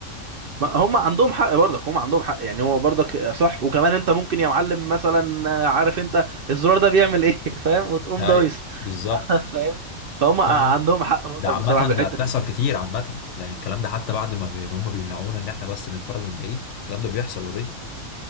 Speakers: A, on the right; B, on the left.
A: ما هم عندهم حق برضك هم عندهم حق يعني هو برضك صح وكمان انت ممكن يا معلم مثلا عارف انت الزرار ده بيعمل ايه <laughs> فاهم وتقوم
B: اي
A: دايس
B: بالظبط
A: فاهم فهم عندهم
B: اه آه.
A: حق برضك
B: ده عامة
A: بصراحه في الحته
B: ده بتحصل
A: دي
B: كتير عامة يعني الكلام ده حتى بعد ما بي... هم بيمنعونا ان احنا بس بنتفرج من بعيد الكلام ده بيحصل اوريدي